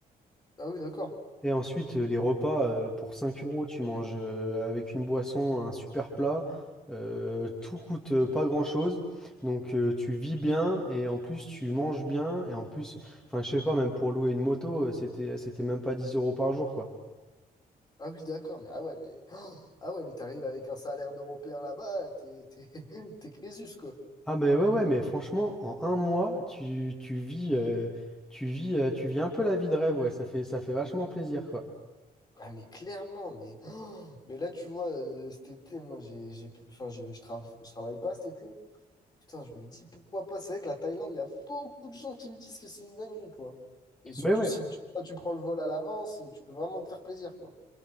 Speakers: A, on the left; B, in the centre.
A: Ah oui, d'accord.
B: Et ensuite, euh, les repas, euh, pour 5 euros, tu manges euh, avec une boisson, un super plat. euh, tout coûte euh, pas grand-chose. Donc, euh, tu vis bien et en plus, tu manges bien. Et en plus, enfin, je sais pas, même pour louer une moto, euh, c'était, c'était même pas 10 euros par jour, quoi.
A: Ah oui, d'accord, mais ah ouais, mais <gasps> ah ouais, mais t'arrives avec un salaire d'Européen là-bas, t'es t'es <laughs> t'es Crésus, quoi.
B: Ah, ben ouais, ouais, mais franchement, en un mois, tu, tu vis, euh, tu vis, euh, tu vis un peu la vie de rêve, ouais. Ça fait, ça fait vachement plaisir, quoi.
A: Ah mais clairement, mais <gasps> mais là tu vois, euh, cet été, moi j'ai j'ai enfin j'ai- je trava- je travaille pas cet été. Putain, je me dis pourquoi pas. C'est vrai que la Thaïlande, il y a beaucoup de gens qui me disent que c'est une dinguerie, quoi. Et surtout
B: Mais ouais.
A: si tu, tu prends le vol à l'avance, tu peux vraiment te faire plaisir, quoi.